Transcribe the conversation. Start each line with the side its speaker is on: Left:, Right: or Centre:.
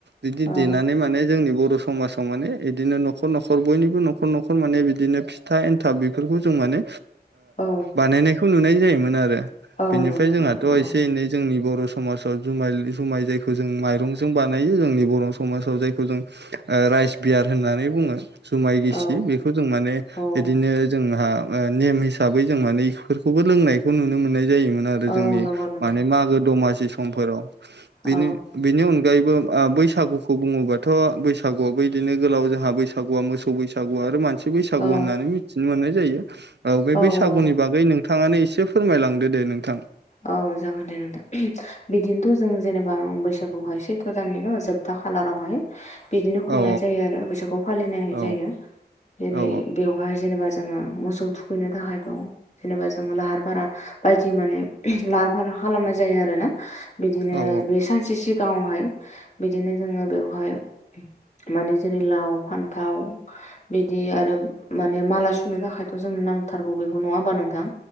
Right: बिदि
Left: औ
Right: देनानै माने जोंनि बर' समाजाव समाजाव माने बिदिनो न'खर न'खर बयनिबो न'खर न'खर माने बिदिनो फिथा ए थाब बेफोरखौ जों माने
Left: औ
Right: बानायनायखौ नुनाय जायोमोन आरो
Left: औ
Right: बेनिफ्राय
Left: नंगौ
Right: जोंहाथ'
Left: नोंथां नंगौ
Right: एसे एनै जोंनि बर' समाजाव जुमाय जुमाय जायखौ जों माइरंजों बानायो जोंनि बर' समाजाव जायखौ जों राइस बियार होननानै बुङो जुमाय गिसि
Left: औ
Right: बेखौ जों माने
Left: औ
Right: नो जोंहा नेम हिसाबै जों माने इफोरखौबो लोंनायखौ नुनो मोननाय जायोमोन आरो
Left: औ
Right: जोंनि
Left: नंगौ नोंथां
Right: मने मागो दमासि समफोराव बेनो
Left: औ
Right: बेनो अनग नों अनगायबो बैसागुखौ बुङोबाथ' बैसागुआबो बिदिनो गोलाव जोंहा बैसागुआ मोसौ बैसागुआ आरो मान मोनसे बैसागु
Left: औ
Right: होननानै मिथिनो मोननाय जायो बे
Left: औ
Right: बैसागुनि
Left: औ
Right: बागै नों थांनानै एसे फोरमायलांदो दे नोंथां
Left: औ जागोन दे नोंथां बिदिनोथ' जों जेनेबा बैसागुहाय सैथ' दाननि न' जोबथा खालारावहाय बिदिनो खुंनाय
Right: औ
Left: जायो आरो बैसोरखौ फालिनायाय
Right: औ
Left: जायो जेरै
Right: औ
Left: बेवहाय जेनेबा ज मोसौ थुखैनो थाखाय दं जेनेबा जो लाहार फारा बाय बिदि माने लाहार फार खालामनाय जायो आरो ना बिदिनो
Right: औ
Left: बे सानसे सिगाङावहाय बिदिनो जोङो बेवहाय माने जेरै लाव फान्थाव बिदि आरो माने माला सुनो थाखायथ' जों नांथारगौ बेखौ नङा होमबा नोंथां